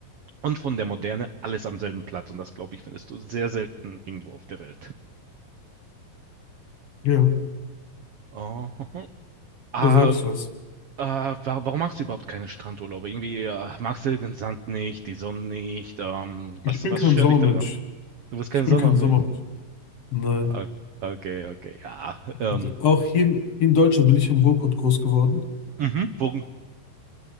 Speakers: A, on the right; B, on the left.
A: und von der Moderne, alles am selben Platz. Und das, glaube ich, findest du sehr selten irgendwo auf der Welt.
B: Ja,
A: Oh. Ah,
B: da sagst du was.
A: ah, wa- warum machst du überhaupt keine Strandurlaube? Irgendwie, äh, magst du den Sand nicht, die Sonne nicht? Ähm,
B: Ich
A: was,
B: bin
A: was
B: kein
A: stört
B: Sommermensch.
A: dich daran? Du bist kein
B: Ich
A: Sommermensch.
B: bin kein Sommermensch. Nein.
A: Ah, Okay, okay, ja. Ähm,
B: Also auch hier, in- hier in Deutschland bin ich im Ruhrpott groß geworden.
A: mhm. Wo,